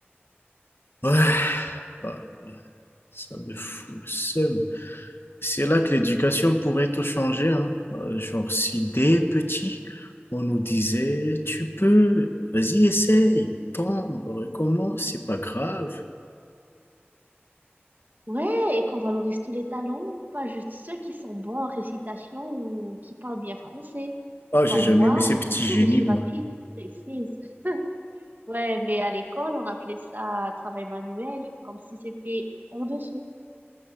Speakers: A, on the left (about 65°); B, on the right (about 45°).
A: Ouais, ouais, ça me fout le seum. C'est là que l'éducation pourrait tout changer, hein. Euh, Genre, si dès petit, on nous disait, tu peux, vas-y, essaye, tombe, recommence, c'est pas grave.
B: Ouais, et qu'on valorise tous les talents, pas juste ceux qui sont bons en récitation ou qui parlent bien français.
A: Ah,
B: Genre
A: j'ai jamais
B: moi,
A: aimé ces
B: en
A: petits
B: couture,
A: génies,
B: je suis
A: moi.
B: rapide, précise. Ouais, mais à l'école, on appelait ça travail manuel, comme si c'était en dessous.